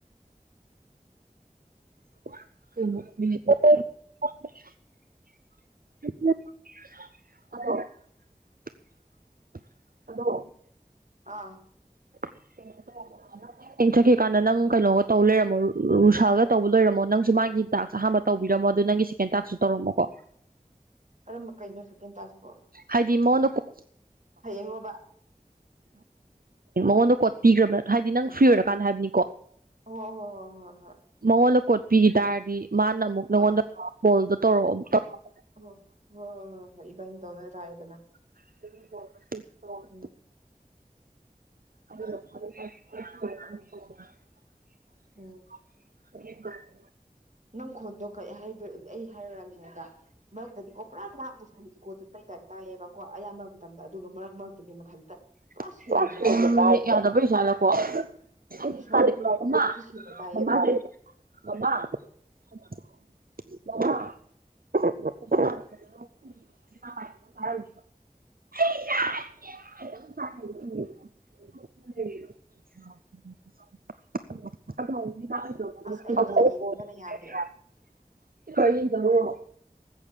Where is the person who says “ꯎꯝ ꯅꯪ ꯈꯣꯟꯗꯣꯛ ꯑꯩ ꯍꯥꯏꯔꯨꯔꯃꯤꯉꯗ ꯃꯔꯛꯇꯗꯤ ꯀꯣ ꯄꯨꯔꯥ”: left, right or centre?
Right